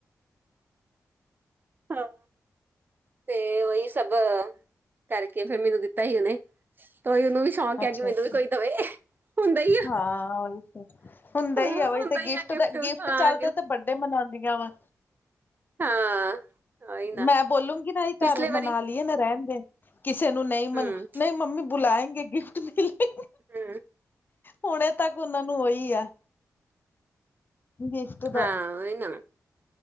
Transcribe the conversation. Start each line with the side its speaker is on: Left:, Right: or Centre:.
Right: ਹਾਂ ਤੇ ਉਹੀ ਸਭ ਕਰਕੇ ਫੇਰ ਮੈਨੂੰ ਦਿੱਤਾ ਸੀ ਉਹਨੇ ਤਾਂਈ ਉਹਨੂੰ ਵੀ ਸ਼ੌਂਕ ਹੈ
Left: ਅੱਛਾ
Right: ਕਿ ਮੈਨੂੰ
Left: ਅੱਛਾ
Right: ਵੀ ਕੋਈ ਦਵੇ ਹੀ ਆ
Left: ਹਾਂ ਉਹੀ ਤੇ ਹੁੰਦਾ
Right: ਹਾਂ
Left: ਹੀ
Right: ਹੁੰਦਾ
Left: ਆਹੀ ਤੇ
Right: ਹੀ
Left: ਗਿਫਟ
Right: ਆ
Left: ਦਾ ਗਿਫਟ
Right: ਹਾਂ
Left: ਚੱਲਦੇ
Right: ਗਿਫਟ
Left: ਤੇ ਵੱਡੇ ਮਨਾਉਂਦੀਆਂ ਵਾ
Right: ਹਾਂ ਉਹੀ ਨਾ
Left: ਮੈਂ ਬੋਲੂਗੀ ਨਾ
Right: ਪਿਛਲੇ
Left: ਘਰ ਮਨਾਂ
Right: ਵਾਰੀ
Left: ਲਈਏ ਨਾ ਰਹਿਣ ਦੇ ਕਿਸੇ ਨੂੰ ਨਹੀਂ ਮਨ
Right: ਹੂੰ
Left: ਨਹੀਂ ਮੰਮੀ ਬੁਲਾਏਂ ਗਿਫਟ ਮਿਲੇ।
Right: ਹਮ
Left: ਹੁਣੇ ਤੱਕ ਉਹਨਾਂ ਨੂੰ ਉਹੀ ਆ। ਗਿਫਟ ਦਾ
Right: ਹਾਂ ਉਹ ਨਾ